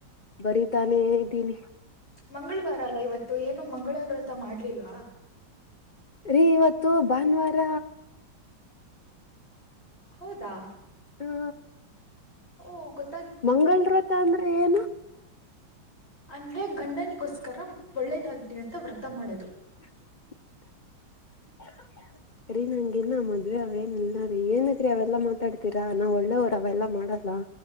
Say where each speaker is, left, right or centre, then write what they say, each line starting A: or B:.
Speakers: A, on the left (about 60°); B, on the left (about 30°).
A: ಬರೀತಾನೆ ನಿ
B: ಮಂಗಳವಾರ ಅಲ್ಲ ಇವತ್ತು ಏನು ಮಂಗಳ ವ್ರತ ಮಾಡ್ಲಿಲ್ವಾ
A: ರೀ ಇವತ್ತು ಭಾನುವಾರ
B: ಹೌದಾ
A: ಹಾ
B: ಓ ಗೊತ್ತ
A: ಮಂಗಳ ರತ ಅಂದ್ರೆ ಏನು
B: ಅಂದ್ರೆ ಗಂಡನಿಗೋಸ್ಕರ ಒಳ್ಳೇದಾಗ್ಲಿ ಅಂತ ವರ್ತ ಮಾಡೋದು
A: <unintelligible> ಹ ಹ ರೀ ನಂಗಗೆಲ್ಲ ಮದ್ವೆ ಅವೇನ ಇಲ್ಲ ರೀ ಏನಗ್ರೀ ಅವೆಲ್ಲಾ ಮಾತಾಡ್ತೀರಾ ನಾ ಒಳ್ಳೆವ್ರ ಅವೆಲ್ಲಾ ಮಾಡಲ್ಲ